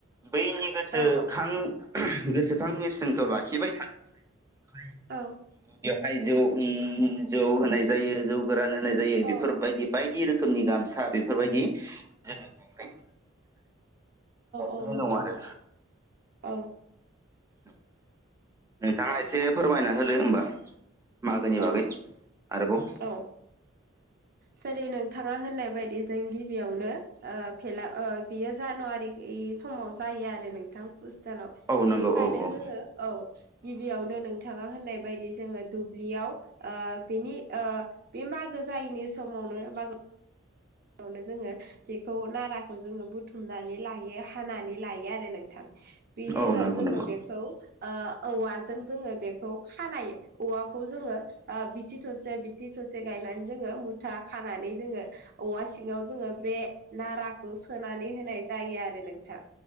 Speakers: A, on the right (about 15°); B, on the right (about 50°).
A: बैनि गोसोखां-गोसोखां
B: औ
A: नेरसोनखौ लाखिबाय थानो थाखाय
B: औ
A: बेवहाय जौ उम जौ होनाय जायो जौ गोरान होनाय जायो
B: औ
A: बेफोरबायदि बायदि रोखोमनि गामसा बेफोरबायदि जोङो बावनायखौ
B: औ
A: गोबां
B: नंगौ
A: दं
B: नोंथां
A: आरो
B: औ
A: औ, नोंथाङा एसे फोरमायना होदो होमबा। मागोनि
B: औ
A: बागै
B: -
A: आरोबाव
B: औ जेरैनोंथाङा होननाय बायदि जों गिबियावनो फेला बियो जानुवारि ए समाव जायो आरो नोंथां हस्टेलाव
A: औ
B: बिनिखायनो
A: नंगौ औ औ
B: जोङो औ गिबियावनो नोंथाङा होननाय बायदि जोङो द यावनि बे मागो जायैनि समावनो म नो जोङो बेखौ नाराखौ जोङो बुथुमनानै लायो हानानै लायो आरो नों थां, बिनि
A: औ
B: उनाव
A: नंगौ
B: जोङो
A: नंगौ
B: बे खौ ओ औवाजों जोङो बेखौ खानाय औवाखौ जोङो ओ बिथि थसे बिथि थसे गायनानै जोङो मुथा खानानै जोङो औवा सिङाव जोङो बे नाराखौ सोनानै होनाय जायो आरो नोंथां।